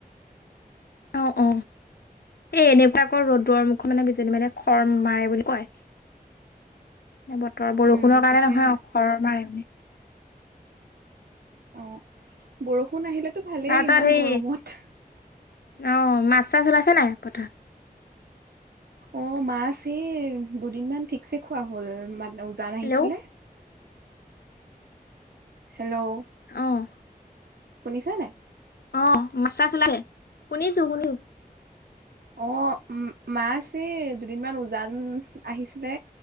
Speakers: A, on the left; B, on the right.
A: অ অ এ এনেকুৱা আকৌ ৰ'দৰ মুখত মানে বিজনী মানে খৰ মাৰে বুলি কয়। বতৰ বৰষুণৰ
B: উম
A: কাৰণে
B: তাকেহে
A: নহয় খৰ মাৰে মানে
B: অ বৰষুণ আহিলেতো ভালেই
A: তাৰপিছত
B: ইমান
A: সেই
B: গৰমত
A: অ' মাছ চাছ ওলাইছে নাই পথাৰত
B: অ মাছ এই দুদিন মান ঠিকছে খোৱা হ'ল ম উজান
A: হেল্ল'
B: আহিছিলে? হেল্ল'
A: অ'
B: শুনিছা নাই
A: অ মা চাছ ওলাইছে শুনিছো শুনিছো?
B: অ মাছ এই দুদিনমান উজান আহিছিলে